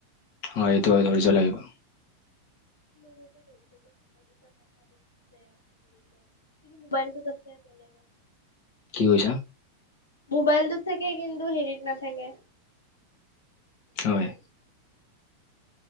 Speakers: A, on the left (about 45°); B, on the left (about 70°).
A: হয় এইটো ধৈৰ্য লাগিব।
B: <unintelligible> <inaudible> কিন্তু মোবাইলটোত আছে বেলেগত।
A: কি কৈছা?
B: মোবাইলটোত থাকে কিন্তু হেৰিত নাথাকে।
A: হয়।